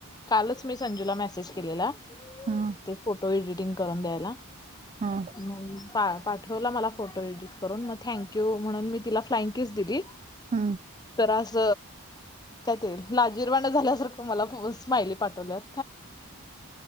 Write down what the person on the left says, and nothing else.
कालच मी संजूला मेसेज केलेला
ते फोटो एडिटिंग करून द्यायला.
हम् पा पा ठेवला मला फोटो एडिट करून मग थँक यू म्हणून मी तिला फ्लाईंग किस दिली.
तर अस ते. लाजीरवाण झाल्यासारखं मला स्माइली पाठवल्यात.